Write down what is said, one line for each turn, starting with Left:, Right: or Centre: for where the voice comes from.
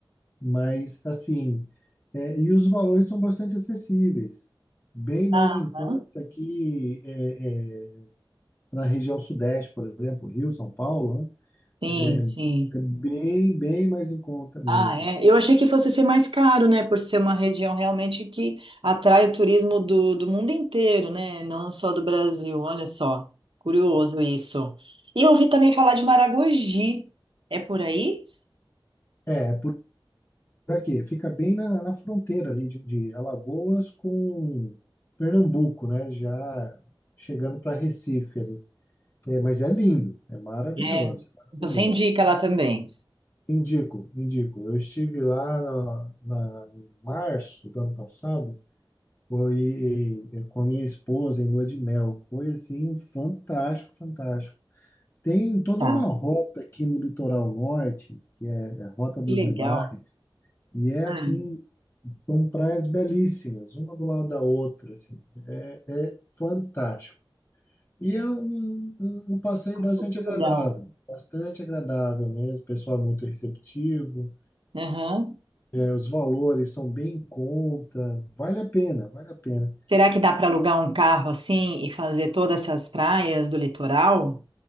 Left: Mas assim, é, e os valores são bastante acessíveis, bem
Right: Aham.
Left: mais em conta que é, é, na região sudeste, por exemplo, Rio, São Paulo, né?
Right: Sim,
Left: É,
Right: sim.
Left: é bem, bem mais em conta mesmo.
Right: Ah, é.
Left: assim.
Right: Eu achei que fosse ser mais caro, né? Por ser uma região realmente que atrai o turismo do, do mundo inteiro, né? Não só do Brasil. Olha só, curioso isso. E eu ouvi também falar de Maragogi. É por aí?
Left: É, é por Pra quê? Fica bem na, na fronteira ali de, de Alagoas com Pernambuco, né? Já chegando para Recife ali. É, mas é lindo, é maravilhoso,
Right: É,
Left: é
Right: então
Left: maravilhoso.
Right: você indica ela também.
Left: Indico, indico. Eu estive lá na, na- em março do ano passado, foi eh, com a minha esposa em lua de mel. Foi assim, fantástico, fantástico. Tem toda
Right: Tá,
Left: uma rota aqui no litoral norte, que é a Rota dos
Right: que legal.
Left: Milagres. E é
Right: Ah,
Left: assim, são praias belíssimas, uma do lado da outra, assim, é, é fantástico. E é um, um, um passeio
Right: que
Left: bastante agradável,
Right: legal.
Left: bastante agradável mesmo, o pessoal é muito receptivo,
Right: Aham.
Left: é, os valores são bem em conta, vale a pena, vale a pena.
Right: Será que dá para alugar um carro assim e fazer todas essas praias do litoral?